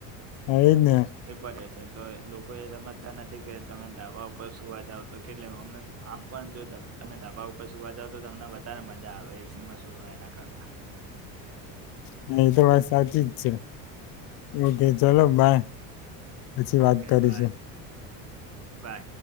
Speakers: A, on the left (about 60°); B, on the right (about 40°).
A: એજ ને
B: એ પણ એ છે તો લોકો એ સમજતા નથી કે તમે ધાબા ઉપર સુવા જાવ તો કેટલી અમે આમ પણ જો તમે ધાબા ઉપર સુવા જાવ તો તમને વધારે મજા આવે એસીમાં સુવા એના કરતા
A: <inaudible> હા એ તો વાત સાચી જ છે ઓકે ચલો બાય પછી વાત
B: ઓકે
A: કરીશ
B: બાય બાય